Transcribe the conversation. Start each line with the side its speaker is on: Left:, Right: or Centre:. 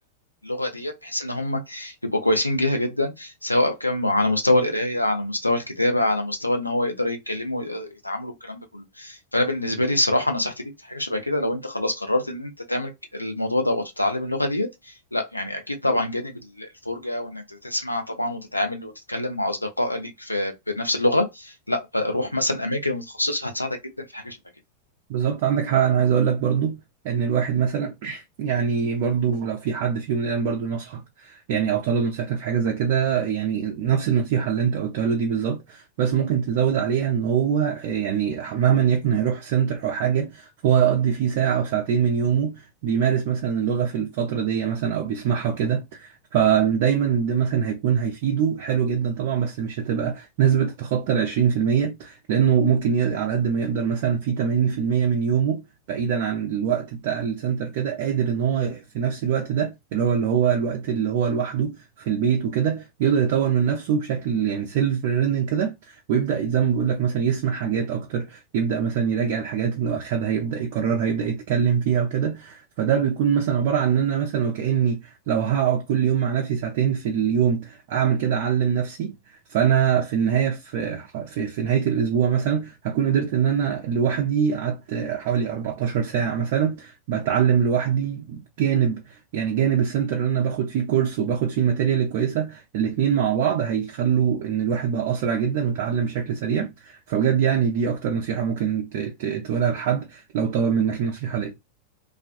Left: اللغه ديت بحيث ان هم يبقوا كويسين جيها جدا سواء بكم على مستوى القرايه على مستوى الكتابه على مستوى ان هو يقدر يتكلموا ويتعاملوا الكلام ده كله فانا بالنسبه لي الصراحه نصيحتي ليك في حاجه شبه كده لو انت خلاص قررت ان انت تعمل الموضوع ده وتتعلم اللغه ديت لا يعني اكيد طبعا جانب الفرجه وانك تسمع طبعا وتتعامل وتتكلم مع اصدقاء ليك في بنفس اللغه لا روح مثلا اماكن متخصصه هتساعدك جدا في حاجه شبه كده
Right: بالظبط عندك حق انا عايز اقول لك برضو ان الواحد مثلا <clears throat> يعني برضو لو في حد فيهم الان برضو نصحك يعني او طلب نصيحتك في حاجه زي كده يعني نفس النصيحه اللي انت قلتها له دي بالظبط بس ممكن تزود عليها ان هو يعني مهما يكن هيروح سنتر او حاجه فهو يقضي فيه ساعه او ساعتين من يومه بيمارس مثلا اللغه في الفتره دي مثلا او بيسمعها وكده فدايما ده مثلا هيكون هيفيده حلو جدا طبعا بس مش هتبقى نسبة تتخطى ال 20% لانه ممكن ي... على قد ما يقدر مثلا في 80% من يومه بعيدا عن الوقت بتاع السنتر كده قادر ان هو في نفس الوقت ده اللي هو اللي هو الوقت اللي هو لوحده في البيت وكده يقدر يطور من نفسه بشكل يعني سيلف ليرنينج كده ويبدا زي ما بقول لك مثلا يسمع حاجات اكتر يبدا مثلا يراجع الحاجات اللي اخدها يبدا يكررها يبدا يتكلم فيها وكده فده بيكون مثلا عباره عن ان انا مثلا وكاني لو هقعد كل يوم مع نفسي ساعتين في اليوم اعمل كده اعلم نفسي فانا في النهايه في في في نهاية الأسبوع مثلا هكون قدرت إن أنا لوحدي قعدت حوالي 14 ساعة مثلا بتعلم لوحدي جانب يعني جانب السنتر اللي أنا باخد فيه كورس وباخد فيه الماتيريال الكويسة الاتنين مع بعض هيخلوا إن الواحد بقى أسرع جدا وتعلم بشكل سريع فبجد يعني دي أكتر نصيحة ممكن ت- ت- تقولها لحد لو طلب منك النصيحة دي